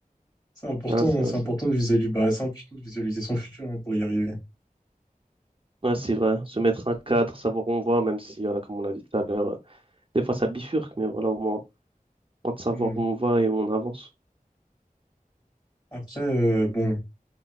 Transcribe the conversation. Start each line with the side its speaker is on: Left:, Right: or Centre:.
Left: C'est important,
Right: Ah, c'est
Left: hein,
Right: vrai,
Left: c'est
Right: ça.
Left: important de visualiser, bah, c'est important de visualiser son futur hein, pour y arriver.
Right: Ouais, c'est vrai. Se mettre un cadre, savoir où on va, même si, voilà, comme on l'a dit tout à l'heure, euh, des fois ça bifurque, mais voilà, au moins, on de savoir
Left: Hmm.
Right: où on va et où on avance.
Left: Après, euh, bon,